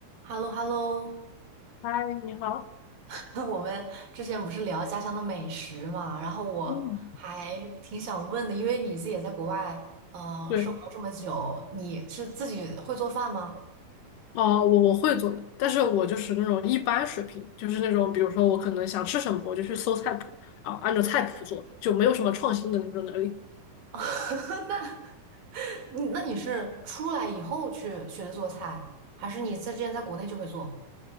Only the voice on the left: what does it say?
嗨，你好。
嗯，
对，
哦、我我会做的，但是我就是那种一般水平，就是那种，比如说我可能想吃什么，我就去搜菜谱，啊，按照菜谱做，就没有什么创新的那种能力。